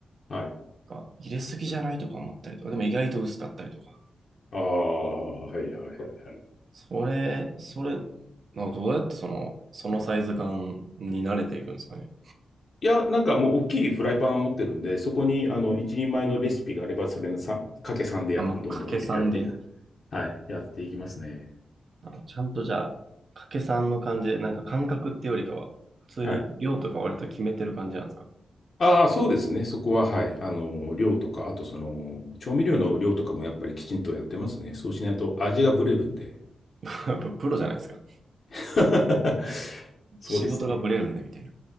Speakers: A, on the left; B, on the right.
A: はい。
B: なんか入れすぎじゃないとか思ったりとか、でも意外と薄かったりとか。
A: ああ、はいはいはいはい。
B: それ、それ、なんかどうやってその、そのサイズ感に慣れていくんですかね。
A: いや、なんかもう大きいフライパン持ってるんで、そこにあの一人前のレシピがあれば、それのさんかけさんでや、
B: あ、もう掛け算で。
A: どんどんやっていく。はい、やっていきますね。
B: あちゃんとじゃあ、掛け算の感じで、なんか感覚ってよりかは、普通に量とか割と決めてる感じなんですか
A: はい。ああ、そうですね。そこは、はい。あの、量とか、あとその、調味料の量とかもやっぱりきちんとやってますね。そうしないと味がブレるんで。
B: <laughs> やっぱプロじゃないですか。
A: <laughs> そうですね。
B: 仕事がブレるんでみたいな。